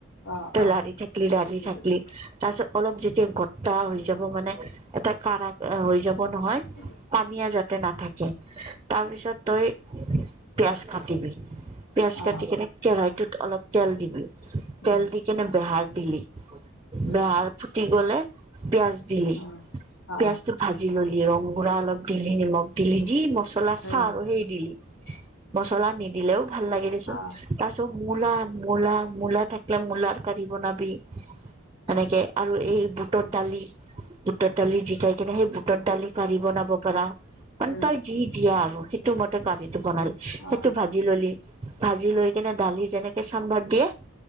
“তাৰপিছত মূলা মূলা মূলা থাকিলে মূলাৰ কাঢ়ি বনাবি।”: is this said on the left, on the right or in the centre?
Right